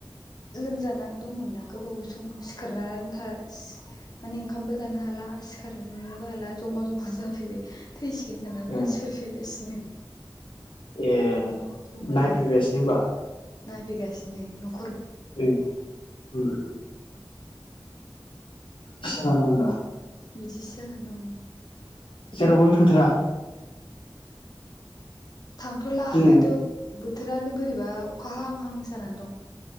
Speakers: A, on the left; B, on the left.
A: लोमजानान दंमोन ना गोबाव सम सिखारना आनथा सि माने ओंखामबो जानो हाला सि-खारनोबो हाला जमा जमा जाफैबाय। थैसिगोन थानानै मानसिफोर
B: ओ
A: फैगासिनो। <inaudible>
B: ऐ। बा
A: जमा
B: नायफैबायसिनो
A: जाजोब्बाय
B: होमबा।
A: नायफैगासिनो नख--।
B: ओम ओम ओम। बिदिसो जाना दं ओमबा।
A: बिदिसो जाना दं।
B: जेरावबो थांथारा।
A: थांथ'ला
B: दिनै
A: माथो बोथ--। बोथोरानो बोरैबा अखा हाआं हांसो जानानै दं।